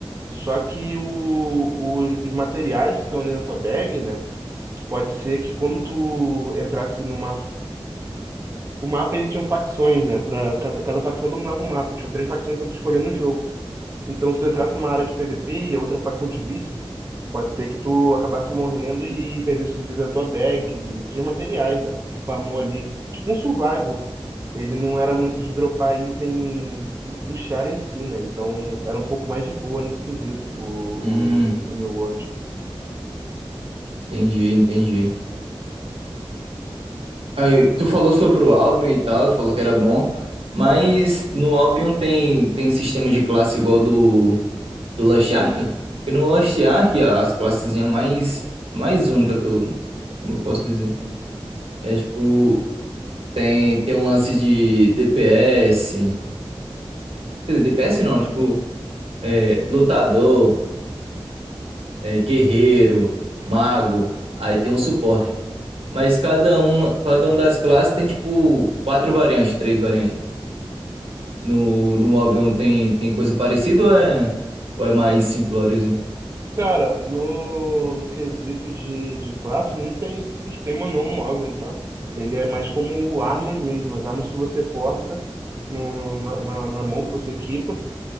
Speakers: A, on the right; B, on the right.
A: Só que o, o- os materiais que estão ali na tua bag, né? que Pode ser que quando tu entrasse numa. O mapa ele tinha um facções, né? Pra cada, cada facção dominava um mapa. Tinham três facções pra tu escolher no jogo. Então, se tu entrasse numa área de PVP e a outra facção te visse, pode ser que tu acabasse morrendo e perdesse os itens da tua bag, de teus materiais, né? Que farmou ali. Tipo um survival. Ele não era muito de dropar item do, do char em si, né? Então, era um pouco mais de boa nesse quesito, o,
B: Hum,
A: o, o New World.
B: entendi, entendi. Aí, tu falou sobre o Albion e tal, falou que era bom, mas no Albion tem tem sistema de classe igual do do Lost Ark? Porque no Lost Ark a- as classezinha mais mais única que eu, como eu posso dizer. É tipo tem tem um lance de DPS, quer dizer, DPS não, tipo é, lutador, é, guerreiro, mago, aí tem o suporte. Mas cada um, cada uma das classes tem tipo quatro variantes, três variantes. No, no Albion tem, tem coisa parecida ou é, ou é mais simplóriozinho?
A: Cara, no, no quesito de, de classe, não tem esse sistema não no Albion, tá? Ele é mais como armas mesmo, as armas que você porta no, no- na, na na mão que você equipa.